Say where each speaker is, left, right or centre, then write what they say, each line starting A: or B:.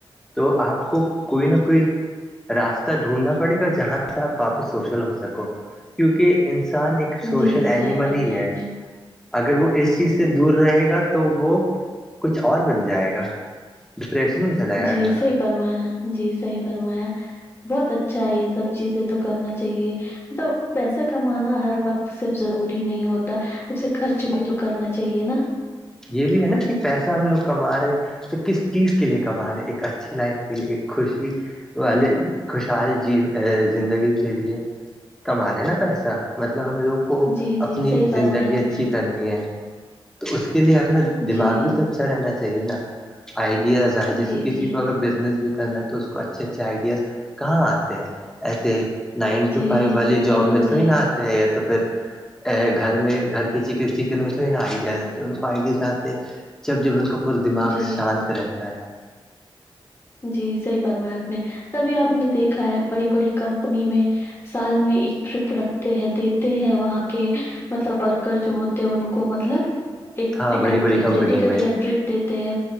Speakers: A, in the centre; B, on the left (about 25°).
A: تو آپ کو کوئی نہ کوئی راستہ ڈھونڈنا پڑے گا جہاں سے آپ واپس سوشل ہو سکو کیونکہ انسان ایک سوشل
B: جی
A: اینیمل
B: صحیح فرمایا
A: ہی ہے
B: آپ
A: <unintelligible>
B: نے
A: اگر وہ اس چیز سے دور رہے گا تو وہ کچھ اور بن جائے گا ڈپریشن میں چلا جائے
B: جی
A: گا
B: صحیح فرمایا جی صحیح فرمایا بہت اچھا ہے یہ سب چیزیں تو کرنا چاہیے تو پیسہ <inaudible> کمانا ہر وقت صرف ضروری نہیں ہوتا اسے خرچ بھی تو کرنا چاہیے نا
A: یہ بھی ہے نا کہ پیسہ ہم لوگ کما رہے ہیں تو کس چیز کے لے کماارے ایک اچھی لائف فیل ایک خوشی والے خوشحال جی زندگی کے لیے کمارے ہیں نا پیسا مطلب ہم لوگ کو
B: جی
A: اپنی
B: جی صحیح فرمایا
A: زندگی
B: آپ
A: اچھی
B: نے
A: کرنی ہے تو اس کے لیے اپنا دماغ
B: جی
A: بھی اچھا رہنا چاہیے نا آئیڈیاز آئے جیسے
B: جی
A: کسی
B: جی
A: کو اگر بزنس بھی کرنا تو اس اچھے اچھے آئیڈیاز کہاں آتے ہیں ایسے ہی نائن ٹو
B: جی
A: فائیو والی جاب
B: بالکل
A: میں تھی
B: صحیح
A: نا آج <unintelligible> یا تو پھر گھر میں گھر کی چکن چکن میں تھوڑ نا آئیڈیا تو ان کو آئیڈیز آتے ہیں جب جب ان کا پورا دماغ
B: جی
A: شانت رہتا ہے
B: جی صحی فرمایا آپ نے تبھی آپ نے دیکھا ہے بڑی بڑی کمپنی میں سال میں ایک ٹرپ رکھتے ہیں دیتے ہیں وہاں کے مطلب ورکر جو ہوتے ہیں ان کو مطلب ایک
A: ہاں
B: ٹکٹ
A: بڑی بڑی
B: دیتے
A: کمپنی
B: ٹکٹ
A: میں
B: یا ٹرپ دیتے ہیں